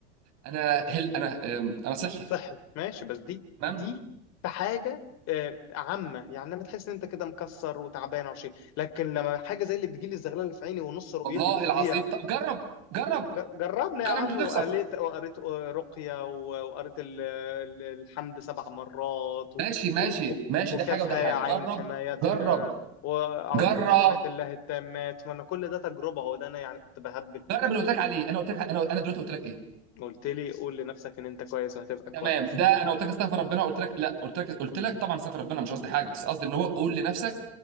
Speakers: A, on the right (about 45°); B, on the left (about 45°).
A: انا هل انا آم، انا صحي
B: صحي ماشي بس دي
A: تمام
B: دي في حاجه آه، عامه يعني لما تحس ان انت كده مكسر وتعبان او شيء لكن لما حاجه زي اللي بتجيلي الزغلله اللي في عيني ونص رؤيتي
A: والله
B: بتضيع
A: العظيم طب جرب جرب
B: ج- جربنا
A: جرب
B: يا عم
A: مش هتخسر
B: وقريت وقريت رقيه و- وقريت ال- ال- الحمد سبع مرات و...
A: ماشي ماشي
B: و...
A: ماشي
B: وكافها
A: ده حاجه وده حاجه
B: يا عين
A: جرب
B: حمايتنا
A: جرب
B: واعوذ
A: جرب
B: بكلمات الله التامات ما انا كل ده تجربه هو ده انا يعني كنت بهبل
A: جرب اللي قلت لك عليه انا قلت لك انا انا دلوقتي قلت لك ايه
B: قلت لي قول لنفسك ان انت كويس وهتبقى كويس
A: تمام ده انا قلت لك استغفر ربنا قلت لك لا قلت لك قلت لك طبعا استغفر ربنا مش قصدي حاجه بس قصدي ان هو قول لنفسك